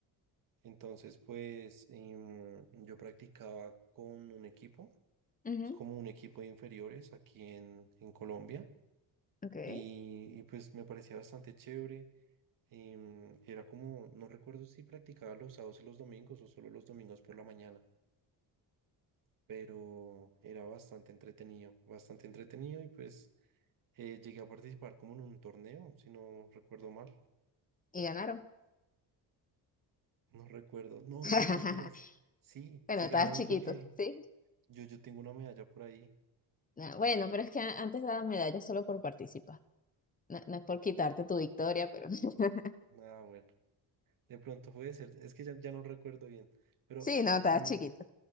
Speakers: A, on the right; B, on the left.
A: Entonces, pues em, yo practicaba con un equipo.
B: Ujú,
A: Es como un equipo de inferiores aquí en, en Colombia.
B: Ok.
A: Y, y pues me parecía bastante chévere. em, era como, no recuerdo si practicaba los sábados y los domingos o solo los domingos por la mañana, pero era bastante entretenido, bastante entretenido y pues eh, llegué a participar como en un torneo, si no recuerdo mal,
B: Y ganaron.
A: no recuerdo, no,
B: <laughs>
A: sí, mentiras, sí,
B: Bueno,
A: sí
B: estabas
A: ganamos
B: chiquito,
A: porque
B: ¿sí?
A: yo, yo tengo una medalla por ahí,
B: Nah, bueno, pero es que a- antes daba medalla solo por participar. No, no es por quitarte tu victoria, pero <laughs>
A: ah, bueno, de pronto puede ser, es que ya, ya no recuerdo bien, pero
B: sí,
A: a,
B: no, estabas
A: a mi,
B: chiquito.